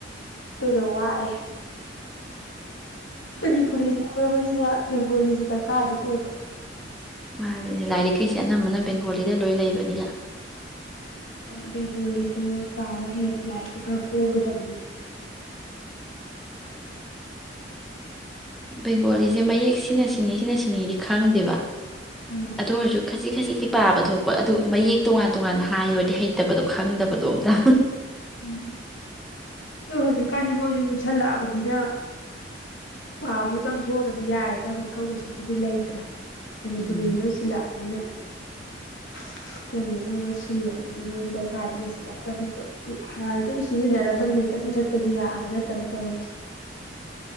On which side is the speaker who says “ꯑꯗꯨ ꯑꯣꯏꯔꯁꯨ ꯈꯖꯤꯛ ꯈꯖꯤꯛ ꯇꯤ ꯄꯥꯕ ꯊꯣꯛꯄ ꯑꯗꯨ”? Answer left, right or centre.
Centre